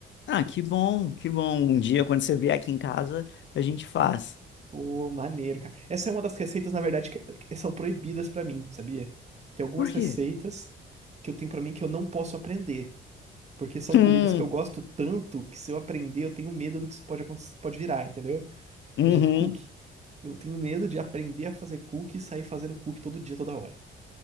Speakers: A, on the left (about 70°); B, on the right (about 35°).
A: Ah, que bom, que bom. Um dia, quando você vier aqui em casa, a gente faz.
B: Pô, maneiro, cara. Essa é uma das receitas, na verdade, que que são proibidas pra mim, sabia? Tem algumas
A: Por
B: receitas
A: quê?
B: que eu tenho pra mim que eu não posso aprender, porque são
A: Hum,
B: comidas que eu gosto tanto que se eu aprender eu tenho medo do que isso pode acontecer, pode virar, entendeu?
A: uhum.
B: Por exemplo, cookie. Eu tenho medo de aprender a fazer cookie e sair fazendo cookie todo dia, toda hora,